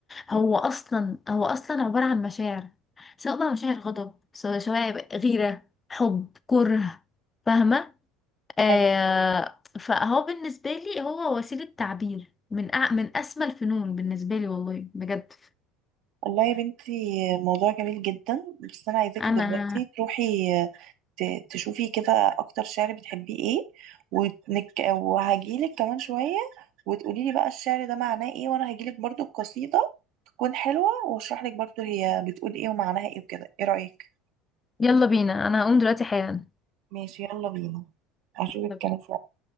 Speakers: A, on the left (about 25°); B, on the right (about 60°).
A: هو اصلا هو اصلا عباره عن مشاعر سواء بقى مشاعر غضب سواء سواء غيره حب كره فاهمه آه
B: أيوة.
A: فهو بالنسبه لي هو وسيله تعبير من أع... من اسمى الفنون بالنسبه لي والله بجد
B: والله يا بنتي موضوع جميل جدا بس أنا عايزاكي
A: انا
B: دلوقتي تروحي ت- تشوفي كده اكتر شعر بتحبيه ايه ونك... وهجيلك كمان شوية وتقولي لي بقى الشعر ده معناه ايه وانا هجيلك برضو القصيدة تكون حلوة واشرح لك برضو هي بتقول ايه ومعناها ايه وكده ايه رأيك
A: يلا بينا انا هقوم دلوقتي حالا
B: ماشي يلا بينا اشوفك
A: طب
B: كمان شوية